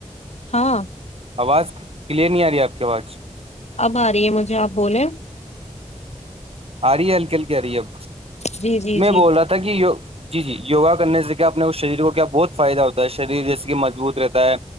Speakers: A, on the left; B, on the right.
A: ہاں
B: آواز کلیئر نہیں آ رہی ہے آپ کے واچ
A: اب آ رہی ہے مجھے آپ بولیں
B: آ رہی ہے ہلکے ہلکے آ رہی ہے اب
A: جی جی
B: میں
A: جی
B: بول رہا تھا کہ جی جی یوگا کرنے سے کیا اپنے شریر کو کیا بہت فائدہ ہوتا ہے شریر جیسے کہ مضبوط رہتا ہے